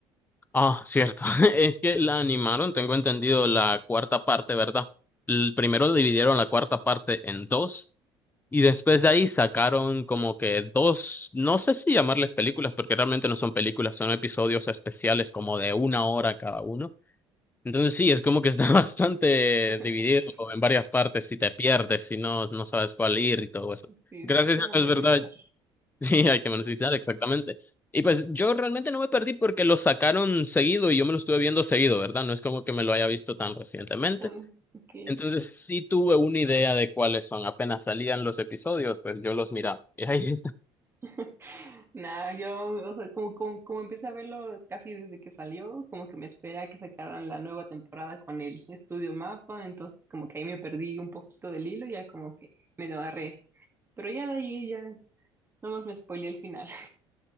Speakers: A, on the left; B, on the right.
A: Ah, cierto. <laughs> Es que la animaron, tengo entendido, la cuarta parte, ¿verdad? El primero dividieron la cuarta parte en dos y después de ahí sacaron como que dos, no sé si llamarles películas, porque realmente no son películas, son episodios especiales como de una hora cada uno Entonces sí, es como que está <laughs> bastante
B: <laughs>
A: dividido en varias partes, si te pierdes, si no, no sabes cuál ir y todo eso.
B: Sí,
A: Gracias
B: hay que
A: a
B: monetizar.
A: Dios, es verdad. <laughs> Sí, hay que mencionar exactamente. Y pues yo realmente no me perdí porque lo sacaron seguido y yo me lo estuve viendo seguido, ¿verdad? No es como que me lo haya visto tan recientemente.
B: Ah, ok.
A: Entonces sí tuve una idea de cuáles son. Apenas salían los episodios, pues yo los miraba. <laughs> Y ahí
B: <laughs> Nada, yo, o sea, como, como, como empecé a verlo casi desde que salió, como que me esperé a que sacaran la nueva temporada con el estudio Mapa, entonces como que ahí me perdí un poquito del hilo, ya como que me lo agarré. Pero ya de ahí ya, nomás me spoileé el final.